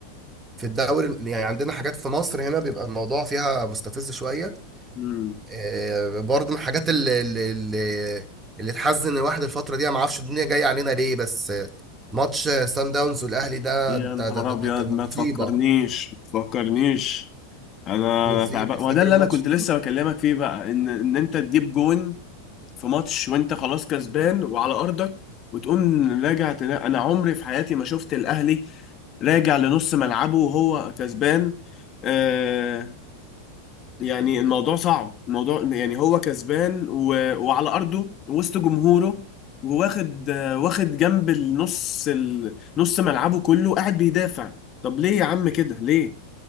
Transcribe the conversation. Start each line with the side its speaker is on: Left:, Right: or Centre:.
Right: في الدوري يعني عندنا حاجات في مصر هنا بيبقى الموضوع فيها مستفز شويه
Left: امم
Right: آه، برضه من الحاجات اللي اللي اللي اللي تحزن الواحد الفترة دي أنا ما اعرفش الدنيا جاية علينا ليه بس آه، ماتش آه، سان داونز والأهلي ده
Left: يا
Right: أنت
Left: نهار
Right: ده, ده,
Left: ابيض
Right: ده كان
Left: ما
Right: مصيبة
Left: تفكرنيش ما تفكرنيش انا
Right: مصيبة
Left: انا تعبان
Right: فاكر
Left: وده اللي
Right: الماتش
Left: انا كنت لسه بكلمك فيه بقى ان ان انت تجيب جون في ماتش وانت خلاص كسبان وعلى ارضك وتقوم راجع تنا... انا عمري في حياتي ما شفت الاهلي راجع لنص ملعبه وهو كسبان آه، يعني الموضوع صعب الموضوع يعني هو كسبان و... وعلى أرضه وسط جمهوره وواخد آه، واخد جنب النص ال... نص ملعبه كله قاعد بيدافع طب ليه يا عم كده ليه